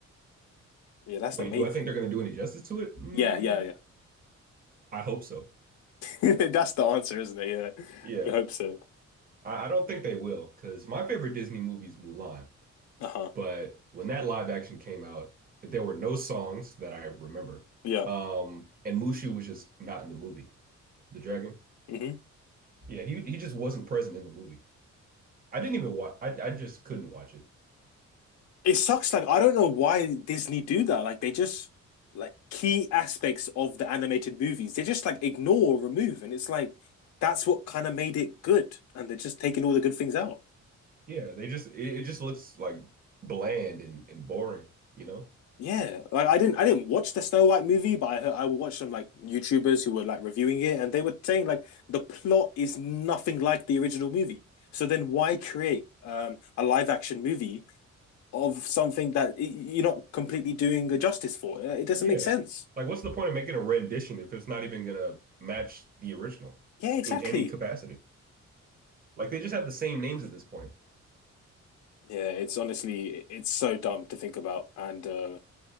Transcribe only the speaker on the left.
Yeah, that's
the main
thing.
Yeah, yeah,
yeah. <laughs> That's the answer, isn't it? Yeah,
we hope so.
Uh huh.
Yeah.
Mhm.
It sucks. Like, I don't know why Disney do that. Like, they just like key aspects of the animated movies, they just like ignore or remove. And it's like that's what kind of made it good. And they're just taking all the good things out.
Yeah. Like I didn't I didn't watch the Snow White movie, but I heard, I watched some like YouTubers who were like reviewing it and they were saying like the plot is nothing like the original movie. So then why create um a live action movie of something that y- you're not completely doing a justice for? Uh, It doesn't
make sense.
Yeah, exactly.
Yeah, it's honestly it's so dumb to think about, and uh,